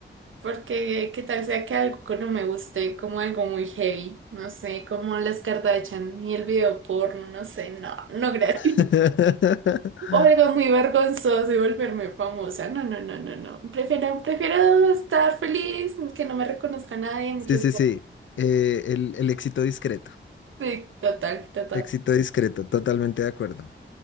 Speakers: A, on the right; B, on the left.
A: porque qué tal sea que algo que no me guste, como algo muy heavy, no sé, como las Kardashian y el video porno, no sé, no, no gracias.
B: <laughs>
A: <laughs> O algo muy vergonzoso y volverme famosa. No, no, no, no, no. Prefiero, prefiero estar feliz, que no me reconozca nadie. Muchas
B: Sí, sí, sí. Eh, el, el éxito discreto.
A: Sí, total, total.
B: Éxito discreto, totalmente de acuerdo.